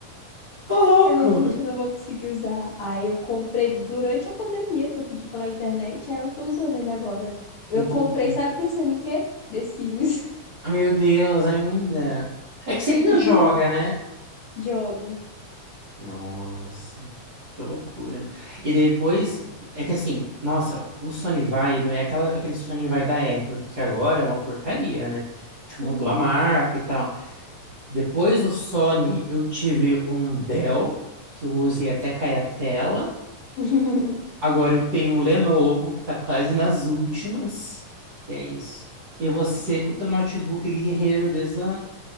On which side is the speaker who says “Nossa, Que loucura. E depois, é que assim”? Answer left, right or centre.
Right